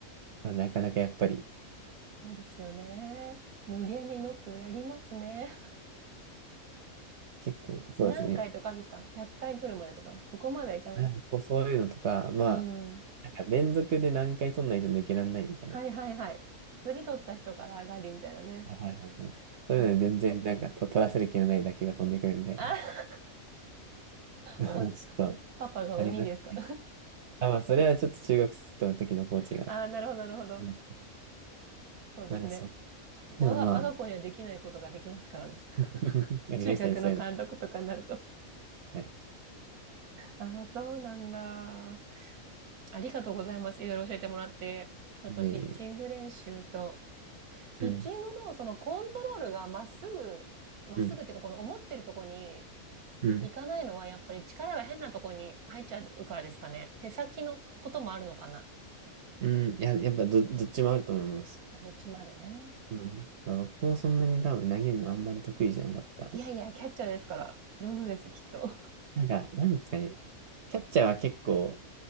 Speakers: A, on the right; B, on the right.
A: まあなかなかやっぱり、
B: そうですよね。無限にノックやりますね。<laughs>
A: 結構そうですね。
B: 何回とかあるんですか ?100 回取るまでとか。そこまではいかない。
A: はい、そうそういうのとか、まあ、
B: うん。
A: なんか連続で何回取んないと抜けられないみたいな。
B: はいはいはい。次取った人から上がりみたいなね。
A: はいはいはいはい。そういうので全然なんかと取らせる気のない打球が飛んでくるみたいな。
B: そうあ、
A: <laughs> ちょっと
B: お、パパが鬼ですか。
A: ありましたね。あ、まあそれはちょっと中学生の時のコーチが。
B: <laughs> ああ、なるほど、なるほど。
A: うん
B: そうですね。
A: まだそう。
B: 我が、
A: でもまあ、
B: 我が子にはできないことができますからね。
A: <laughs> ありましたね、
B: 中学の監督とかになると。
A: そういうの。はい。
B: ああ、そうなんだ。ありがとうございます。いろいろ教えてもらって。あと、
A: で
B: ピッチング練習と、ピッチングのそのコントロールがまっすぐ、
A: うん、
B: まっすぐっていうか、
A: うん、
B: この思ってるとこに
A: うん、
B: 行かないのは、やっぱり力が変なとこに入っちゃうからですかね。手先のこともあるのかな。
A: うん。いや、やっぱど、どっちもあると思います。
B: あのちまるね。
A: うん。まあ、僕もそんなに多分投げるのあんまり得意じゃなかった。
B: いやいや、キャッチャーですから、上手ですよ、きっと。
A: なんか、なんですかね。キャッチャーは結構、